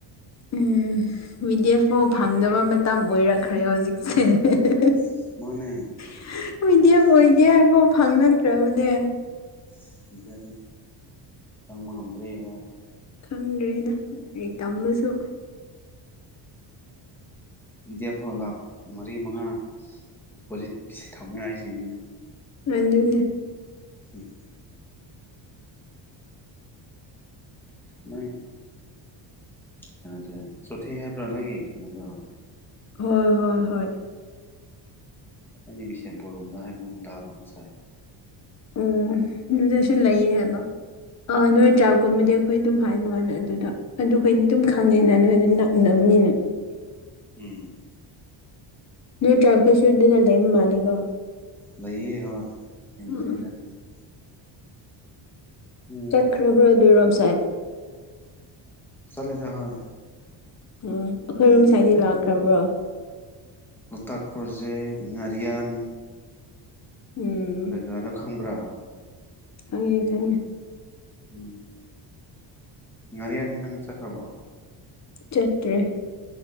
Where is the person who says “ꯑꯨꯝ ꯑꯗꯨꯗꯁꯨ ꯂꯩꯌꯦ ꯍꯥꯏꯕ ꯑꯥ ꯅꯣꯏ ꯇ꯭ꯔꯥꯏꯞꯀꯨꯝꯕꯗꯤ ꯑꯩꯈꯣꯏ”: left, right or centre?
Left